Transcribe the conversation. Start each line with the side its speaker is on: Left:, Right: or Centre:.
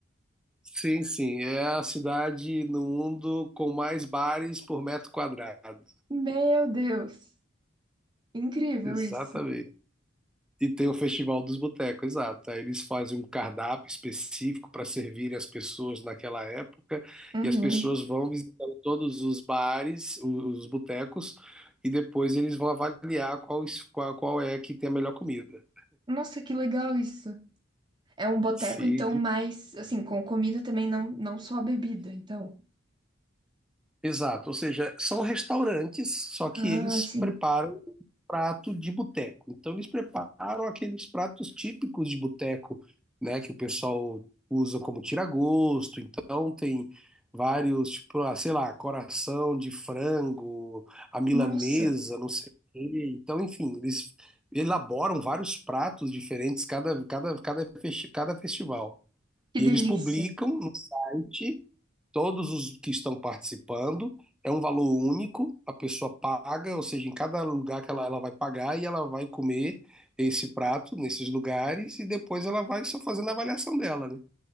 Centre: Sim, sim. É a cidade no mundo com mais bares por metro quadrado.
Right: <laughs> Meu Deus! Incrível
Centre: Exatamente.
Right: isso.
Centre: E tem o Festival dos Botecos, exato. Aí eles fazem um cardápio específico para servir as pessoas naquela época,
Right: Uhum.
Centre: e as pessoas vão visitando todos os bares, o- os botecos, e depois eles vão avaliar qual, es- qual, qual é que tem a melhor comida.
Right: Nossa, que legal isso. É um boteco,
Centre: Sim,
Right: então, mais assim, com comida também, não, não só a bebida, então.
Centre: Exato, ou seja, são restaurantes, só que
Right: Ah,
Centre: eles
Right: sim.
Centre: preparam um prato de boteco. Então eles preparam aqueles pratos típicos de boteco, né, que o pessoal usa como tira-gosto. Então tem vários, tipo, ah, sei lá, coração de frango, a milanesa,
Right: Nossa,
Centre: não sei o quê. Então, enfim, eles elaboram vários pratos diferentes cada cada cada, festi- cada festival.
Right: que
Centre: E
Right: delícia.
Centre: eles publicam no site todos os que estão participando. É um valor único, a pessoa paga, ou seja, em cada lugar que ela, ela vai pagar e ela vai comer esse prato nesses lugares e depois ela vai só fazendo a avaliação dela, né?